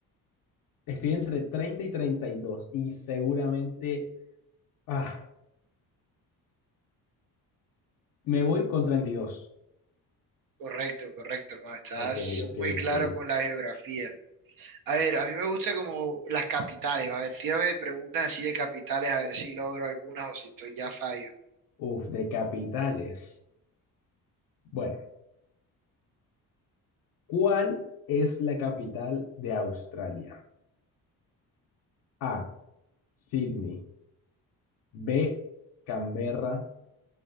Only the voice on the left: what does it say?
Estoy entre treinta y treinta y dos y seguramente ah, me voy con 32.
Ok, ok,
ok.
Uf, de capitales. Bueno, ¿cuál es la capital de Australia? A, Sydney. B, Canberra.